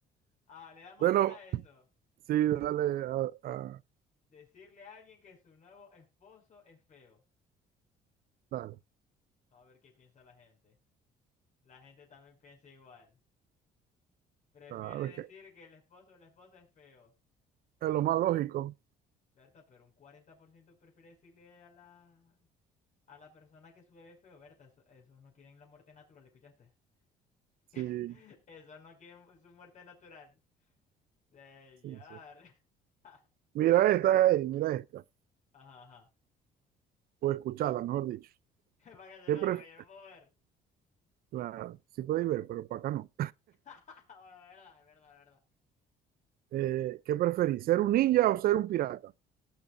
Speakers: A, on the left (about 45°); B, on the right (about 60°).
A: Ah, le damos
B: Bueno,
A: entonces a eso.
B: sí, dale, a, a-
A: Decirle a alguien que su nuevo esposo es feo.
B: dale,
A: A ver qué piensa la gente. La gente también piensa igual. Prefiere
B: a ver
A: decir
B: qué.
A: que el esposo o la esposa es feo.
B: Es lo más lógico.
A: Berta, pero un 40% prefiere decirle a la, a la persona que su bebé es feo. Berta, eso- esos no quieren la muerte natural, ¿escuchaste?
B: Sí,
A: <laughs> Esos no quieren su muerte natural. Señor.
B: sí, sí.
A: <laughs>
B: Mira esta, ey, mira esta.
A: Ajá, ajá.
B: O escucharla, mejor dicho.
A: <laughs> Para que sepa,
B: ¿Qué pref
A: porque yo no puedo ver.
B: claro, sí podéis ver, pero para acá no.
A: <laughs> Bueno, es verdad, es verdad, es verdad.
B: Eh, ¿qué preferís, ser un ninja o ser un pirata?